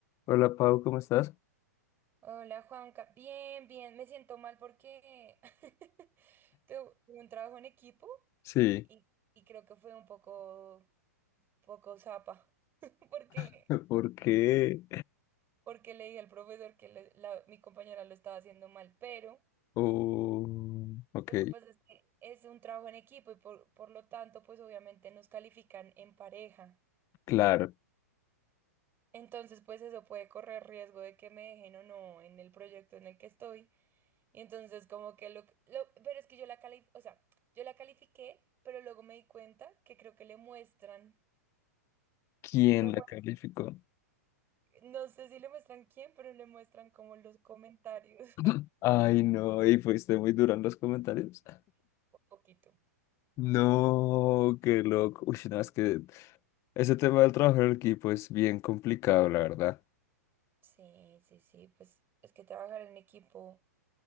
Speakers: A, on the left; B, on the right.
A: Hola Pau, ¿cómo estás?
B: Hola Juanca, bien, bien, me siento mal porque <laughs> tuve tuve un trabajo en equipo
A: Sí,
B: y, y creo que fue un poco, poco zapa, <laughs> porque,
A: <laughs> ¿por qué?
B: porque le dije al profesor que le- la- mi compañera lo estaba haciendo mal, pero
A: Oh, ok,
B: lo que pasa es que es un trabajo en equipo y por, por lo tanto, pues obviamente nos califican en pareja.
A: claro.
B: Entonces, pues eso puede correr riesgo de que me dejen o no en el proyecto en el que estoy. Y entonces como que lo, lo- pero es que yo la cali o sea, yo la califiqué, pero luego me di cuenta que creo que le muestran,
A: ¿Quién
B: le muest-
A: la calificó?
B: no sé si le muestran quién, pero le muestran como los comentarios
A: <clears throat> Ay, no, y fuiste muy duro en los comentarios.
B: <laughs> un poquito.
A: No, qué loco. Uy, no, es que ese tema del trabajo en equipo es bien complicado, la verdad.
B: Sí, sí, sí, pues es que trabajar en equipo.